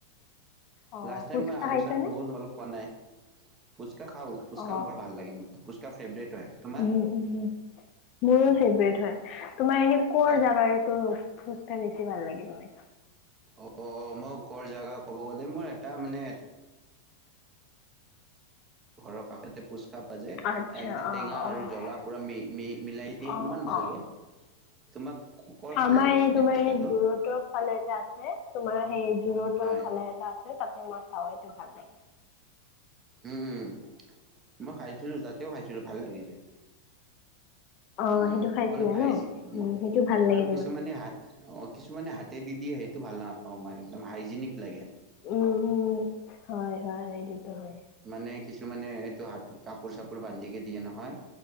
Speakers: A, on the left; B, on the right.
A: অ'
B: লাষ্ট টাইম
A: ফুচকা
B: মই আলুচাট
A: খাইছানে?
B: বহুত হ'ল খোৱা নাই। ফুচ কা খাওঁ। পুচকা
A: অ
B: বৰ ভাল লাগে মোৰ, পুচকা ফেভৰেট। হয় তোমাৰ?
A: উম, উম, মোৰো ফেভৰেট হয়। তোমাৰ এনে ক'ৰ
B: হয়।
A: জাগাৰটো ফুচকা বেছি ভাল লাগে তোমাৰ?
B: অ', মই ক'ৰ জাগা ক'ব গ'লে মোৰ এটা মানে ঘৰৰ কাষতে পুচকা যে,
A: আচ্ছা
B: একদম
A: অ
B: টেঙা
A: অ
B: আৰু জ্বলা পুৰা মি-মি মিলাই দিয়ে,
A: অ
B: ইমান ভাল
A: অ
B: লাগে। তোমাক কৰ
A: আমাৰ
B: ভাল লাগে
A: এই
B: এনে
A: তোমাৰ
B: পুচকাটো
A: এই যোৰহাটৰ ফালে এটা আছে। তোমাৰ হেই যোৰহাটৰ
B: হয়
A: ফালে এটা আছে, তাতে মই খাওঁ সেইতো ভাত।
B: উম, মই খাইছিলোঁ, তাতেও খাইছিলোঁ। ভাল লাগিছে।
A: অ
B: উম,
A: সেইটো খাইছিলা
B: অলপ হাইজি,
A: ন উম সেইটো ভাল লাগে
B: আৰু
A: তোমাৰ
B: কিছুমানে হাত অ' কিছুমানে হাতত হাতেই দি দিয়ে, সেইটো ভাল নাপাওঁ মই, একদম হাইজেনিক লাগে।
A: উম, উম, হয়, হয়। সেইটোতো হয়
B: মানে, কিছুমানে এইটো হাতত কাপোৰ-চাপোৰ বান্ধি কে দিয়ে নহয়।